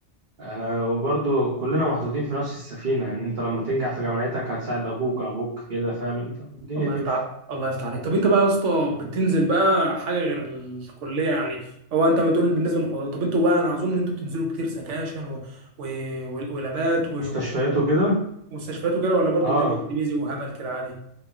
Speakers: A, on the right; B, on the right.
A: آه وبرضو كلنا محطوطين في نفس السفينة يعني انت لما تنجح في جامعتك هتساعد ابوك ابوك كده فاهم انت الدنيا
B: الله
A: تمشي
B: يفتح الله يفتح عليك طب انت بقى يا اسطى بتنزل بقى حاجه غير الكليه يعني هو انت بتقول بالنسبه للمحاضرات طب انتوا بقى انا اظن ان انتوا بتنزلوا كتير سكاشن و... و... و... ولابات و...
A: مستشفياته كده
B: ومستشفيات وكده ولا برضو
A: اه
B: الدنيا بيزي وهبل كده عادي